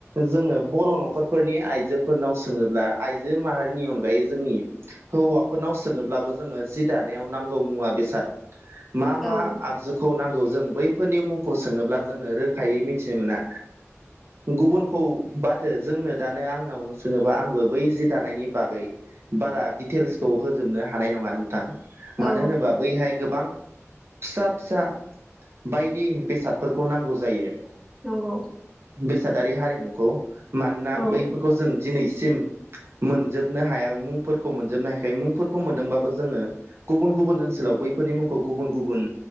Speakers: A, on the right; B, in the centre.
A: जोङो बर' न'खरफोरनि आइजोफोरनाव सोङोब्ला आइजो माहारिनि अनगायै जोंनि हौवाफोरनाव सोङोब्लाबो जोङो जि दानायाव नांगौ मुवा बेसाद मा मा
B: औ
A: आगजुखौ नांगौ जों बै फोरनि मुंखौ सोङोब्ला जोङो रोखायै मिथिनो मोना गुबुनखौ बाथो जोंनो दानो आंनाव सोङोबा आंबो बै जि दानायनि बागै बारा डिटेल्सखौ होजोबनो हानाय नङा नोंथां
B: औ
A: मानो होनोबा बैहाय गोबां फिसा फिसा बायदि बेसादफोरखौ नांगौ जायो
B: नंगौ
A: बेसादारि हारिमुखौ मानोना
B: औ
A: बैफोरखौ जों दिनैसिम मोनजोबनो हायाै मुंफोरखौ मोनजोबनो हायाखै मुंफोरखौ मोनदोंबाबो जोङो गुबुन गुबुन ओनसोलाव बैफोरनि मुंखौ गुबुन गुबुन